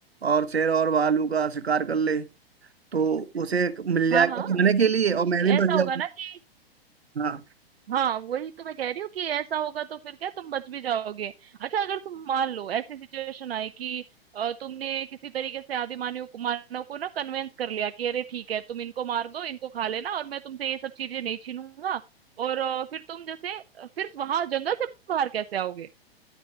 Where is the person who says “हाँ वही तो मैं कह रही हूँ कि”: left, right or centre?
Right